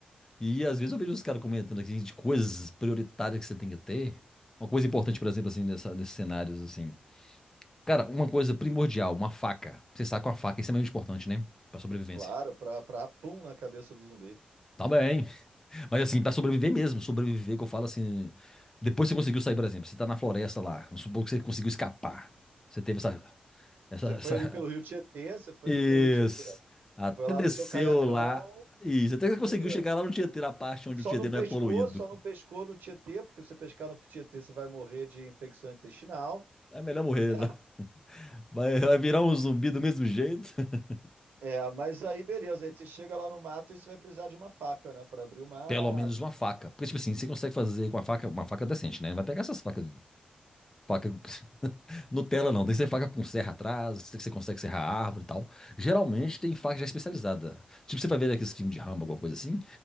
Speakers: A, on the left (about 15°); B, on the right (about 75°).
A: E às vezes eu vejo os caras comentando aqui de coisas prioritárias que você tem que ter. Uma coisa importante, por exemplo, assim, nessa- nesses cenários, assim. Cara, uma coisa primordial, uma faca. Você sabe que uma faca é extremamente importante, né? Pra sobrevivência.
B: Claro, pra, pra pum na cabeça do zumbi.
A: Tá bem. Mas assim, pra sobreviver mesmo, sobreviver que eu falo assim. Depois que você conseguiu sair, por exemplo, você tá na floresta lá. Vamos supor que você conseguiu escapar. Você teve essa. Essa.
B: Você foi
A: essa...
B: ali pelo Rio Tietê, você
A: <laughs>
B: foi
A: Isso.
B: ali pelo Rio Tietê.
A: Até
B: Foi lá
A: desceu
B: no seu caiacão,
A: lá. Isso. Até que você
B: beleza.
A: conseguiu chegar lá no Tietê, na parte onde
B: Só
A: o Tietê
B: não pescou,
A: não é poluído.
B: só não pescou no Tietê, porque se você pescar no Tietê, você vai morrer de infecção intestinal.
A: É melhor morrer.
B: Certo?
A: né? Vai, vai virar um zumbi do mesmo jeito. <laughs>
B: É, mas aí beleza, aí você chega lá no mato e você vai precisar de uma faca, né, para abrir o mato,
A: Pelo menos uma faca. Porque, tipo assim, você consegue fazer com uma faca, uma faca decente, né? Não vai pegar essas facas. Faca <laughs> Nutella, não. Tem que ser faca com serra atrás, que você consegue serrar a árvore e tal. Geralmente tem faca já especializada. Tipo, você vai ver aqueles filmes de Rambo alguma coisa assim.